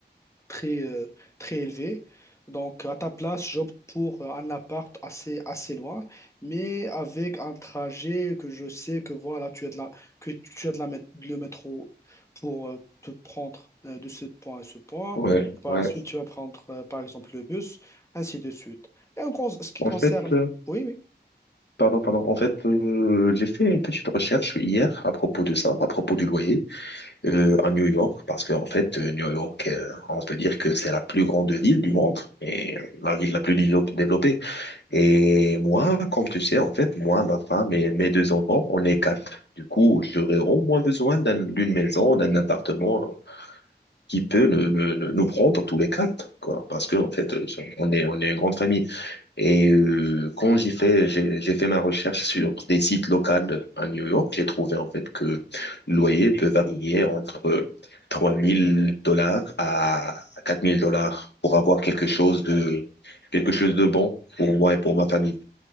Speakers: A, on the left (about 15°); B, on the left (about 75°).
A: très, euh, très élevé. Donc, à ta place, j'opte pour euh, un appart assez, assez loin, mais avec un trajet que je sais que voilà, tu as de la, que tu as de la, mét- le métro pour euh, te prendre euh, de ce point à ce point.
B: Ouais,
A: Et par
B: ouais,
A: la suite, tu vas prendre, euh, par exemple, le bus, ainsi de suite. Et en cause, ce qui
B: En
A: concerne...
B: fait, euh,
A: Oui, oui.
B: pardon, pardon. En fait, euh, j'ai fait une petite recherche hier à propos de ça, à propos du loyer euh, à New York, parce que en fait, euh, New York, euh, on peut dire que c'est la plus grande ville du monde et la ville la plus dévelop- développée. Et moi, comme tu sais, en fait, moi, ma femme et mes deux enfants, on est quatre. Du coup, j'aurais au moins besoin d'un- d'une maison, d'un appartement qui peut ne- ne- ne- nous prendre tous les quatre, quoi, parce que en fait, euh, on est on est une grande famille. Et euh, quand j'ai fait, j'ai j'ai fait ma recherche sur des sites locaux à New York, j'ai trouvé en fait que le loyer peut varier entre 3 000 dollars à 4 000 dollars pour avoir quelque chose de, quelque chose de bon pour moi
A: Mhm,
B: et pour ma famille.